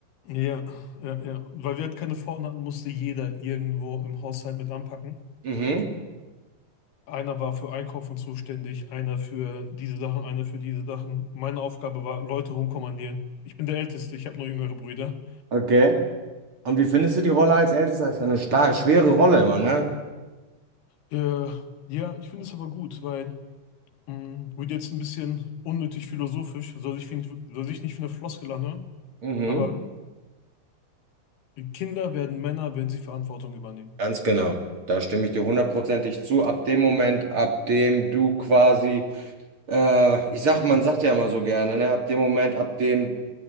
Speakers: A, on the left; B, on the right.
A: Ja, ja, ja. Weil wir halt keine Frauen hatten, musste jeder irgendwo im Haushalt mit anpacken.
B: Mhm.
A: Einer war für Einkaufen zuständig, einer für diese Sachen, einer für diese Sachen. Meine Aufgabe war, Leute rumkommandieren. Ich bin der Älteste, ich habe nur jüngere Brüder.
B: Okay. Und wie findest du die Rolle als Ältester? Ist ja eine starke, schwere Rolle immer, ne?
A: Äh, ja, ich finde es aber gut, weil Hm, Wird jetzt ein bisschen unnötig philosophisch, soll sich, wie- soll sich nicht wie eine Floskel anhören,
B: Mhm.
A: aber Kinder werden Männer, wenn sie Verantwortung übernehmen.
B: Ganz genau. Da stimme ich dir hundertprozentig zu. Ab dem Moment, ab dem du quasi, äh, ich sag, man sagt ja immer so gerne, ne? Ab dem Moment, ab dem